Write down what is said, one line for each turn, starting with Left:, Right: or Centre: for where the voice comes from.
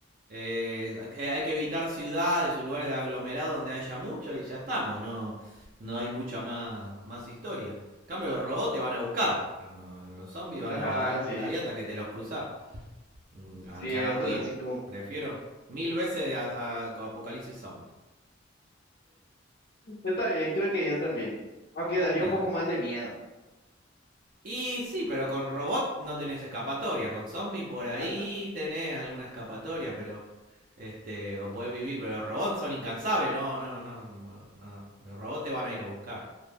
Right: Eh, hay que evitar ciudades o lugares de aglomerado donde haya mucho y ya estamos. No, no hay mucha más, más historia. En cambio, los robots te van a buscar. No, no, Los zombies van
Left: Ajá,
Right: a vagar
Left: sí,
Right: por ahí hasta que te los cruzás. Mm,
Left: es
Right: A
Left: cierto,
Right: que haga ruido.
Left: así como.
Right: Prefiero mil veces a, a- Apocalipsis Zombie.
Left: Está bien, creo que yo también. Aunque daría
Right: Nada,
Left: un poco más de miedo.
Right: Y sí, pero con robot no tenés escapatoria. Con zombie por
Left: <laughs>
Right: ahí tenés alguna escapatoria, pero. Este, o podés vivir, pero los robots son incansables, no, no, no, no. Los robots te van a ir a buscar.